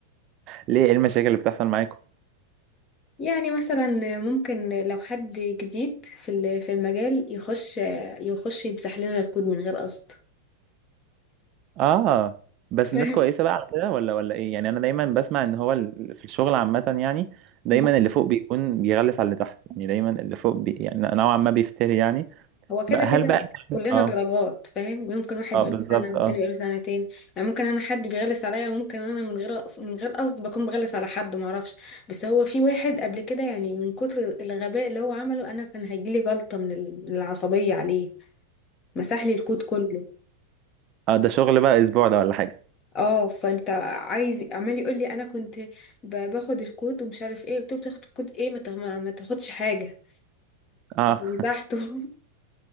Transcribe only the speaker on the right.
ليه ايه المشاكل اللي بتحصل معاكم
اه بس
الناس كويسه بقى على كده ولا ولا ايه يعني انا دايما بسمع ان هو ال- في الشغل عامه يعني دايما
اللي فوق بيكون بيغلس على اللي تحت يعني دايما اللي فوق بي يعني نوعا ما بيفتري يعني
بقى
هل بقى الكلام-
اه
اه
بالظبط
اه
اه ده شغل بقى اسبوع ده ولا حاجه
اه
<laughs>